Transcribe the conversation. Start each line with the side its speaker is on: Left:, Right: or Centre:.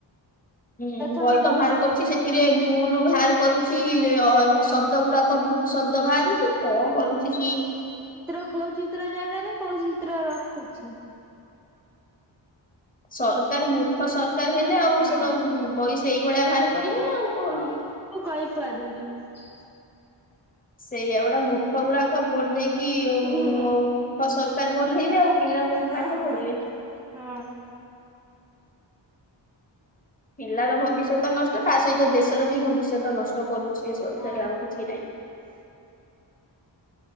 Left: ହୁଁ
Centre: ପ୍ରଥମରୁ
Left: ବହିତ ବାହାର
Centre: ଅଷ୍ଟମ
Left: କରୁଛି ସେଥିରେ ଭୁଲ ବାହାର କରୁଛି ଯେ
Centre: ହଁ
Left: ଶବ୍ଦ ଗୁଡାକ ଭୁଲ ଶବ୍ଦ ବାହାରୁଛି। କଣ କରୁଛି
Centre: ହୁଁ
Left: କି
Centre: ଚିତ୍ର କୋଉ ଚିତ୍ର ଜାଗାରେ କୋଉ ଚିତ୍ର ରଖୁଛି
Left: ସରକାର ମର୍ଖ ସରକାର ହେଲେ ଆଉ
Centre: ହଁ।
Left: ସେ ତ ବଇସ ଏଇଭଳିଆ
Centre: ସେ ତ
Left: ବାହାର କରିବ
Centre: ଓଡିଆ
Left: ନା ଆଉ କଣ
Centre: ଓଡିଆ ଠିକ ରୁ <inaudible>
Left: ସେଇଆ ଗୁଡା ମୂର୍ଖ ଗୁଡାକ ଭୋର ଦେଇକି ଆଉ
Centre: ହଁ।
Left: ମୂର୍ଖ ବନେଇବେ ଆଉ ପିଲା କୋଉଠୁ
Centre: ହଁ
Left: ପାଠ ପଢିବେ
Centre: ହଁ।
Left: ପିଲାର ଭବିଷ୍ୟତ ନଷ୍ଟ ତା ସହିତ ଦେଶର ବି ଭବିଷ୍ୟତ ନଷ୍ଟ କରୁଛି ଷରେ
Centre: ହଁ
Left: ଆଉ କିଛି ନାଇଁ।